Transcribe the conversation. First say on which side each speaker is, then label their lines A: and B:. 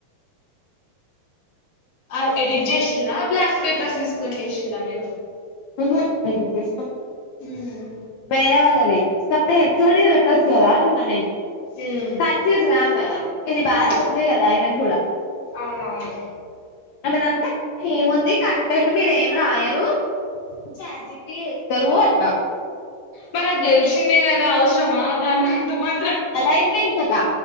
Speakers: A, on the left; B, on the left.
A: అ ఎడిట్ చేసిన్లా బ్లాక్ పేపర్స్ తీసుకొని చేసిన్లా మీరు
B: ఉహుమ్ ఎడిట్ చేసినాం
A: ఉమ్
B: వేరే వాళ్ళది కప్పె హెచ్ ఓడి పెట్టొచ్చుగద అప్పును నువ్ నన్నేమి
A: ఉమ్,
B: కన్ఫ్యూజ్ గామ్ కదా ఇన్ని బాధలు
A: అవును
B: ఉన్నాయి కదా ఆయనకు కూడా
A: అవునవును
B: ఎమన్న అంటే ఏముంది కంటెంట్ మీరేం రాయరు చ జితి ఎస్తారు అంట
A: మరి అది తెలిసిందే కదా అవసరమా దాని అంత మం
B: అలాయిన్మెంట్ కదా